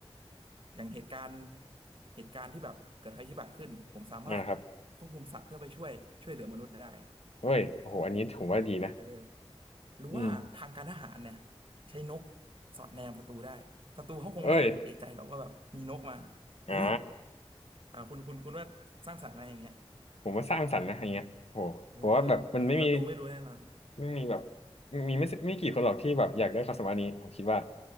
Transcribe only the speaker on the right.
อย่างเหตุการณ์เหตุการณ์ที่แบบเกิดภัยพิบัติขึ้นผมสามารถ
ควบคุมสัตว์เพื่อไปช่วยช่วยเหลือมนุษย์ได้
เออหรือว่าทางการทหารเนี่ย
ใช้นกสอดแนมศัตรูได้ศัตรูเขาคงไม่เอะใจหรอกว่าแบบมีนกมา
เฮ้ย
อ่าคุณคุณคุณว่าสร้างสรรค์ไหมาอย่างเงี้ย
เออศัตรูไม่รู้แน่นอน